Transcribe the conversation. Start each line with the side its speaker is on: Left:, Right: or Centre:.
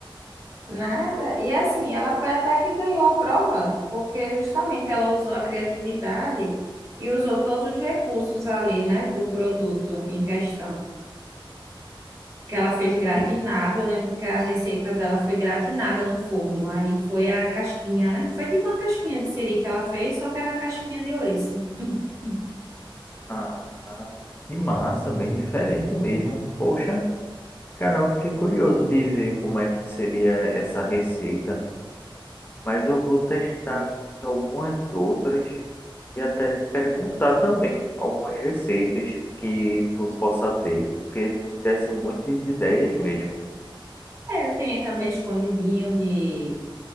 Right: Nada. E assim, ela foi até que ganhou a prova, porque justamente ela usou a criatividade e usou todos os recursos ali, né, do produto em questão. Que
Left: Ah,
Right: ela fez gratinado,
Left: que,
Right: eu lembro que a receita dela foi gratinada no forno, aí foi a casquinha, né? Foi tipo uma casquinha de siri que ela fez, só que era casquinha de ouriça. <laughs>
Left: ah, que massa, bem diferente mesmo. Poxa, cara, eu fiquei curioso de ver como é que seria essa receita. Mas eu vou testar aqui algumas outras e até te perguntar também algumas receitas que tu possa ter, porque me desse muitas ideias mesmo.
Right: É, tem também escondidinho de,